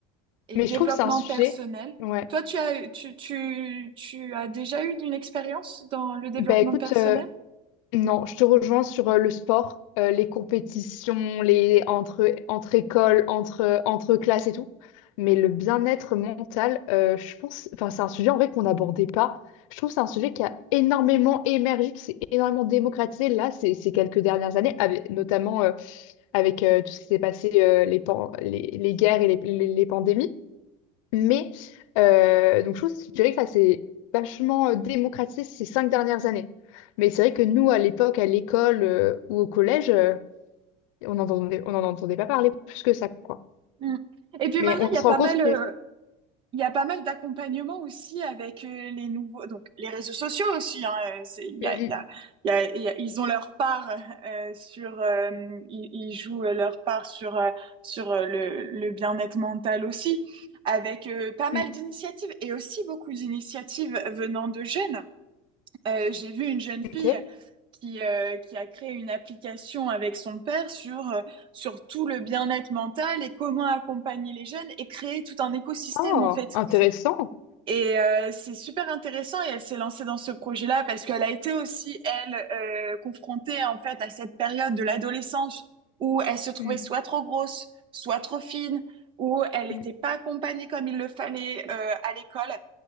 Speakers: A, on the right (about 30°); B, on the left (about 85°).
A: et
B: Mais
A: le développement
B: je trouve que c'est un sujet.
A: personnel,
B: Ouais.
A: toi, tu as, tu, tu, tu as déjà eu une expérience dans le développement
B: Bah écoute,
A: personnel?
B: euh, non, je te rejoins sur euh, le sport, euh, les compétitions, les entre, entre écoles, entre, entre classes et tout. Mais le bien-être mental, euh, je pense, enfin, c'est un sujet en vrai qu'on n'abordait pas. Je trouve que c'est un sujet qui a énormément émergé, qui s'est énormément démocratisé là, ces, ces quelques dernières années, avec, notamment euh, avec euh, tout ce qui s'est passé, euh, les, pan- les, les guerres et les les- les pandémies. Mais, euh, donc je trouve, je dirais que ça s'est vachement euh, démocratisé ces cinq dernières années. Mais c'est vrai que nous, à l'époque, à l'école euh, ou au collège, euh, on n'entendait on n'en entendait pas parler plus que ça, quoi.
A: Mm. Et puis
B: Mais
A: maintenant,
B: on
A: il y
B: se
A: a pas
B: rend compte
A: mal, euh,
B: que...
A: il y a pas mal d'accompagnement aussi avec euh, les nouveaux, donc les réseaux sociaux aussi. Hein, euh, c'est- il y
B: Mm,
A: a, il y a, il y a- il y a- ils ont leur part euh, sur, euh, ils, ils jouent euh, leur part sur euh, sur euh, le, le bien-être mental aussi, avec euh, pas mal
B: mm, mm.
A: d'initiatives et aussi beaucoup d'initiatives venant de jeunes. Euh, j'ai vu une jeune fille
B: ok.
A: qui, euh, qui a créé une application avec son père sur, euh, sur tout le bien-être mental et comment accompagner les jeunes et créer tout un écosystème
B: Oh,
A: en fait.
B: intéressant.
A: Et euh, c'est super intéressant et elle s'est lancée dans ce projet-là parce qu'elle a été aussi, elle, euh, confrontée en fait à cette période de l'adolescence où elle se trouvait
B: Mm,
A: soit trop grosse, soit trop fine, où elle n'était
B: mm.
A: pas accompagnée comme il le fallait euh, à l'école.